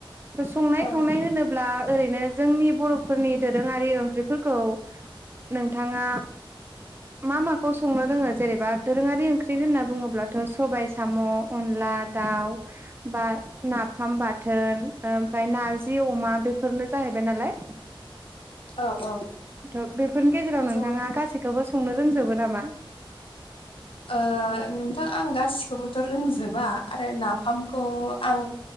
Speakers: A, on the right; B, on the left.
A: संनाय
B: औ
A: खावनाय होनोब ब्ला ओरैनो जोंनि बर'फोरनि दोरोंङारि ओंख्रिफोरखौ नोंथांङा मा माखौ संनो रोंङो जेनेबा दोरोंङारि ओंख्रि होनना बुंङोब्लाथ' सबायाइ, साम', अनला दाउ बा नाफाम बाथोन ओ ओमफाय नार जि अमा बेफोरनो जाहैबाय नालाय।
B: औ औ
A: थ' बेफोरनि गेजेराव नोंथांङा
B: स' ओ
A: गासैखौबो संनो रोंजोबो नामा?
B: ओ नोंथां आं गासिखौबोथ' रोंजोबा आरो नाफामखौ आं